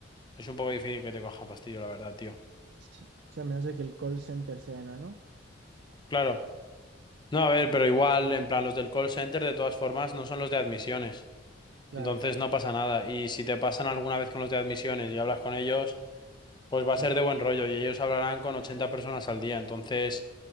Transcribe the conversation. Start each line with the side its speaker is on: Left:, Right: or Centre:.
Left: es un poco difícil que te cojan fastidio, la verdad, tío.
Right: Sí. O sea, a menos de que el call center sea enano.
Left: Claro. No, a ver, pero igual, en plan, los del call center, de todas formas, no son los de admisiones.
Right: Claro,
Left: Entonces, no pasa nada. Y si te pasan alguna vez con los de admisiones y hablas con ellos, pues
Right: sí,
Left: va a ser de buen rollo y ellos hablarán con 80 personas al día. Entonces...